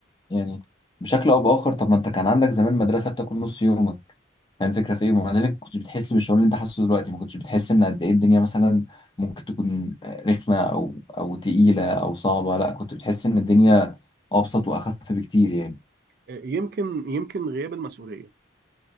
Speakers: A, on the left (about 25°); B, on the right (about 50°).
A: يعني بشكل او باخر طب ما انت كان عندك زمان مدرسه بتاكل نص يومك فاهم الفكره في ايه ومع ذلك ما كنتش بتحس بالشعور اللي انت حاسه دلوقتي ما كنتش بتحس ان قد ايه الدنيا مثلا ممكن تكون رخمه او او تقيله او صعبه لا كنت بتحس ان الدنيا ابسط واخف بكتير يعني
B: آه، يمكن يمكن غياب المسؤوليه